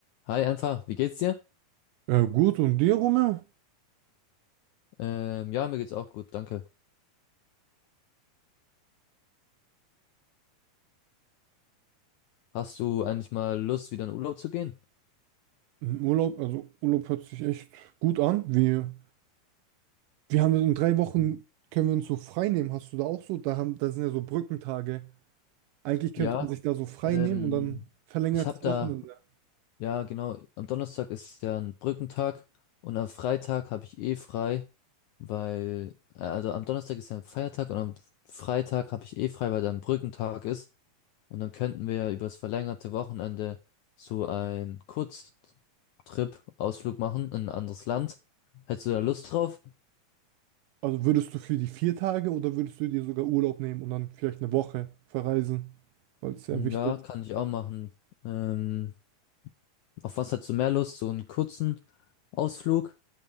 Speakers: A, on the left; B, on the right.
A: Hi, einfach, wie geht's dir?
B: Äh, gut, und dir, Rumme?
A: Ähm, ja, mir geht's auch gut, danke. Hast du eigentlich mal Lust, wieder in Urlaub zu gehen?
B: Urlaub, also Urlaub hört sich echt gut an. Wir, wir haben in drei Wochen,
A: Mhm.
B: können wir uns so frei nehmen. Hast du da auch so? Da haben, da sind ja so Brückentage. Eigentlich könnte
A: Ja,
B: man sich da so frei
A: ähm,
B: nehmen und dann verlängertes
A: ich habe da,
B: Wochenende.
A: ja genau, am Donnerstag ist ja ein Brückentag und am Freitag habe ich eh frei, weil, äh, also am Donnerstag ist ja ein Feiertag und am Freitag habe ich eh frei, weil da ein Brückentag ist. Und dann könnten wir ja übers verlängerte Wochenende so einen Kurztrip, Ausflug machen in ein anderes Land. Hättest du da Lust drauf?
B: Also würdest du für die vier Tage oder würdest du dir sogar Urlaub nehmen und dann vielleicht eine Woche verreisen? Weil es sehr
A: Hm,
B: wichtig
A: Ja,
B: ist.
A: kann ich auch machen. Ähm, auf was hast du mehr Lust? So einen kurzen Ausflug